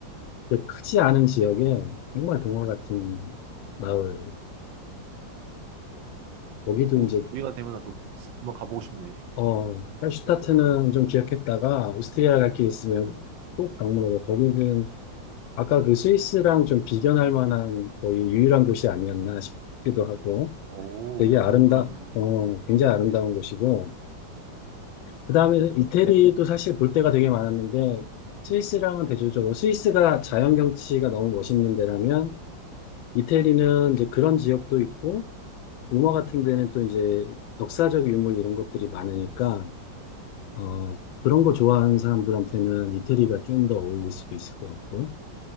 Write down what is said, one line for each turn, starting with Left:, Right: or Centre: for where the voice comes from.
Left: 크지 않은 지역에 정말 동화 같은 마을이어서 여기도
Right: 오,
Left: 이제
Right: 기회가 되면 나도 한번 가보고 싶네.
Left: 어, 할슈타트는 좀 기억했다가 오스트리아 갈 게 있으면 꼭 방문하고 거기는 아까 그 스위스랑 좀 비견할 만한 거의 유일한 곳이 아니었나 싶기도 하고
Right: 오,
Left: 되게 아름다,
Right: 그 정도라면은,
Left: 어, 굉장히 아름다운 곳이고 그다음에 이태리도 사실 볼 데가 되게 많았는데 스위스랑은 대조적으로 스위스가 자연 경치가 너무 멋있는 데라면 이태리는 이제 그런 지역도 있고 로마 같은 데는 또 이제 역사적 유물 이런 것들이 많으니까 어, 그런 거 좋아하는 사람들한테는 이태리가 좀 더 어울릴 수도 있을 것 같고,